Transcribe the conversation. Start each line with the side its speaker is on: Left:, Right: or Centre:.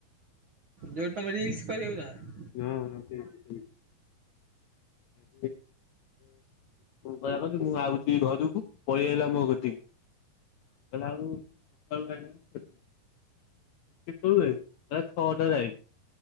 Right: ଯୋଉଠି ତମେ ରିଲ୍ସ କରିବାକୁ ଯାଅ
Left: ହଁ ହଁ ସେଇଠି ସେଇଠି <unintelligible> କଣ <inaudible> ମୁଁ ଆଉୁଛି ଘରକୁ ପଳେଇ ଆଇଲା ମୋ କତିକି ଗଲା ଆଉ ସକାଳୁ କେତେବେଳେ ବେ ଯାଇକି ଛଅଟା ରେ ଆଇଲି